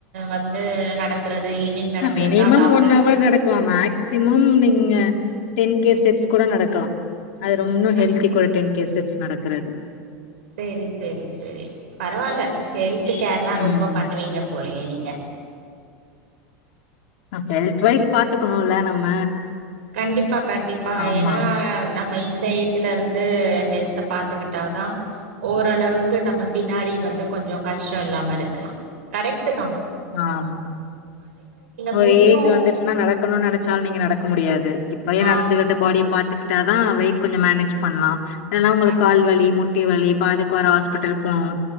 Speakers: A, on the right; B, on the left.
A: வந்து நடக்கறது ஈவினிங் நடக்கறது
B: மினிமம்
A: தான் டாக்டர்
B: ஒன் ஹவர் நடக்கலா மேக்சிமம் நீங்க டென் கே ஸ்டெப்ஸ் கூட நடக்கலா அது ரொம்ப
A: ஆ
B: ஹொல்தி கூட டென் கேஸ் ஸ்டெப்ஸ் நடக்குறது
A: சேரி சேரி சேரி பரவாயில்லே ஹெல்த் கேர்ல்லா
B: ம்
A: ரொம்ப பண்ணுவீங்க போலயே நீங்க
B: ஹெல்த் வைஸ் பாத்துக்கணும்ல நம்ம
A: கண்டிப்பா கண்டிப்பா
B: ஆமா
A: ஏன்னா நம்ம இந்த ஏஜ்ல இருந்து ஹெல்த பாத்துக்கிட்டாதா ஓரளவுக்கு நம்ம பின்னாடி வந்து கொஞ்ச கஷ்ட இல்லாம இருக்கு கரெக்டு தா
B: ஆஹ் ஒரு
A: ஃபுட்டும்
B: ஏஜ் வந்துட்டுன்ன நடக்கணுன்னு நினைச்சாலு நீங்க நடக்க முடியாது இப்பயே
A: ஆ
B: நடந்துகிட்டு பாடியே பாத் கத்துகிட்டா தா வெயிட் கொஞ்ச மேனேஜ் பண்ணலா ல்லனா உங்களுக்
A: கண்டி
B: கால்வலி முட் டிவலி பாதுக்குவார் ஹாஸ்பிட்டல் போணு